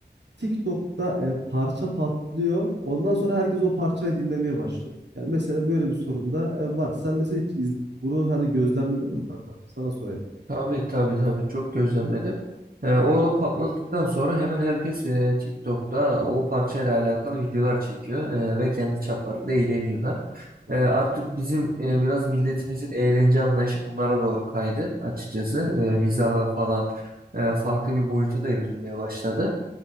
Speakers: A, on the right; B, on the right.
A: TikTok'ta e, parça patlıyor. Ondan sonra herkes o parçayı dinlemeye başlıyor. Yani mesela böyle bir sorun da e, var. Sen mesela hiç iz- bunu hani gözlemledin mi kanka? Sana sorayım.
B: Tabii tabii tabii çok gözlemledim. Ee, orada patladıktan sonra hemen herkes e, TikTok'ta o parçayla alakalı videolar çekiyor e, ve kendi çaplarında eğleniyorlar.
A: Hı
B: E,
A: hı.
B: artık bizim e, biraz milletimizin eğlence anlayışı bunlara doğru kaydı açıkçası. E, mizaha falan e, farklı bir boyuta da evrilmeye başladı.